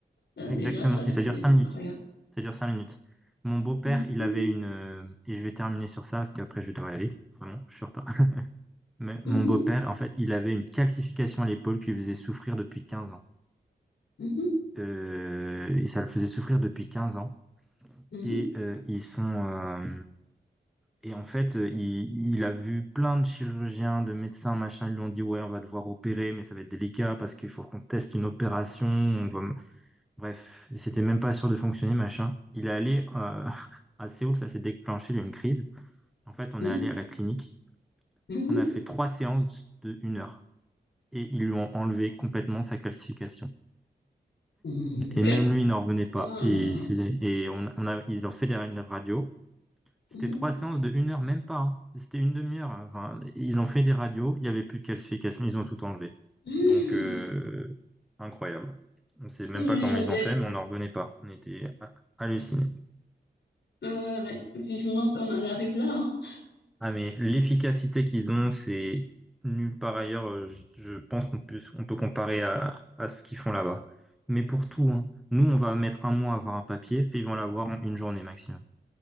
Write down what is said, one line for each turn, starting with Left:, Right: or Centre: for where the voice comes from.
Left: Euh,
Centre: Exactement.
Left: déjà, ça,
Centre: Et
Left: c'est
Centre: ça dure cinq minutes.
Left: incroyable.
Centre: Ça dure cinq minutes. Mon beau-père,
Left: Mhm,
Centre: il avait une... euh, Et je vais terminer sur ça, parce qu'après, je vais devoir y aller. Vraiment, je suis en retard. Mais
Left: mhm,
Centre: mon beau-père, en fait, il avait une calcification à l'épaule qui lui faisait souffrir depuis 15 ans.
Left: mhm,
Centre: Euh, et ça le faisait souffrir depuis 15 ans.
Left: mhm,
Centre: Et euh, ils sont... euh, Et en fait, euh, il, il a vu plein de chirurgiens, de médecins, machin. Ils lui ont dit, ouais, on va devoir opérer, mais ça va être délicat parce qu'il faut qu'on teste une opération. On va... Bref, il s'était même pas sûr de fonctionner, machin. Il est allé euh, <laughs> à Séoul, ça s'est déclenché, il y a eu une crise. En fait, on
Left: mhm,
Centre: est allé à la clinique.
Left: mhm, mhm.
Centre: On a fait trois séances de une heure et ils lui ont enlevé complètement sa calcification.
Left: Mm,
Centre: Et
Left: Bien.
Centre: même lui, il n'en revenait pas.
Left: Ah,
Centre: Et, c'est- et on, on a, ils l'ont fait derrière une radio. C'était
Left: mhm.
Centre: trois séances de une heure, même pas. hein. C'était une demi-heure. hein. Enfin, ils ont fait des radios. Il n'y avait plus de calcification. Ils ont tout enlevé.
Left: Mm.
Centre: Donc, euh, incroyable. On ne sait même
Left: Ouais, Euh,
Centre: pas comment ils
Left: mmh, mmh. ouais,
Centre: ont fait, mais on n'en revenait pas. On était hallucinés.
Left: ouais, ouais. ouais. Vivement qu'on en arrive là, hein.
Centre: Ah mais l'efficacité qu'ils ont, c'est nulle part ailleurs. euh, Je, je pense qu'on peut, on peut comparer à, à ce qu'ils font là-bas. Mais pour tout, hein. nous, on va mettre un mois à avoir un papier et ils vont l'avoir en une journée maximum.